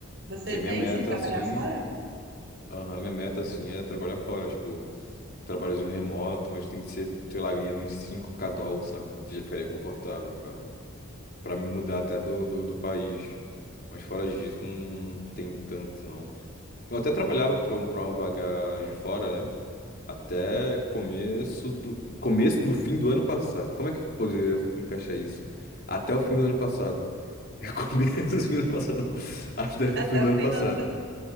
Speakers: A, on the right; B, on the left.
A: Você
B: Que a
A: pensa
B: minha meta,
A: em trabalhar
B: assim.
A: fora?
B: Aham, minha meta, assim, é trabalhar fora, tipo, trabalhozinho remoto, mas tem que ser, sei lá, ganhando uns 5k dólares, sabe? Já ficaria confortável pra, pra me mudar até do, do, do país. Mas fora disso, não tem tanto, não. Eu até trabalhava pra, um- pra uma vaga de fora, né? Até começo do, começo do fim do ano passado. Como é que eu poderia encaixar isso? Até o fim do ano passado. <laughs> É começo do fim do ano passado, não. Até
A: Até
B: o fim do
A: o
B: ano
A: fim
B: passado
A: do ano.